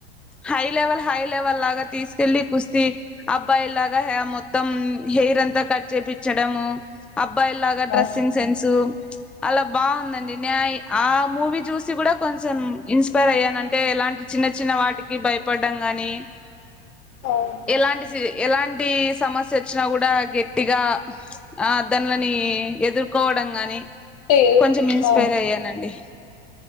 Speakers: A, in the centre; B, on the left.
A: హై లెవెల్ హై లెవెల్ లాగా తీసుకెళ్ళి కుస్తీ అబ్బాయిల్లాగా హే మొత్తం హెయిర్ అంతా కట్ చేపి చడము అప్ బ్బాయిల్లాగా డ్రెస్సింగ్
B: అవును
A: సెన్సు. అలా బావుందండి నే ఆ మూవీ చూసి కూడా కొంచెం ఇన్స్పైర్ అయ్యాను అంటే ఎలాంటి చిన్న చిన్న వాటికి భయపడ్డం గాని.
B: అవును.
A: ఎలాంటి సిరి ఎలాంటి సమస్యొచ్చినా కూడా గట్టిగా ఆ దాన్లని ఎదుర్కోవడం గాని.
B: అంటే
A: కొంచెం ఇన్స్పైర్
B: ఆ!
A: అయ్యానండి